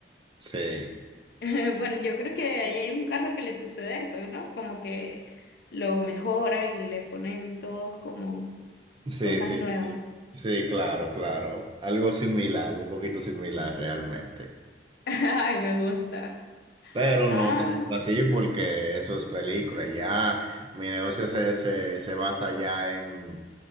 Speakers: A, on the right (about 30°); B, on the left (about 60°).
A: Sí,
B: <laughs> Bueno, yo creo que ahí hay un carro que le sucede eso, ¿no? Como que lo mejoran y le ponen todos como
A: sí,
B: cosas
A: sí,
B: nuevas.
A: sí, sí, claro, claro. Algo similar, un poquito similar realmente.
B: <laughs> Ay, me gusta.
A: Pero
B: Ah,
A: no tanto así porque eso es película. Ya mi negocio se, se, se basa ya en,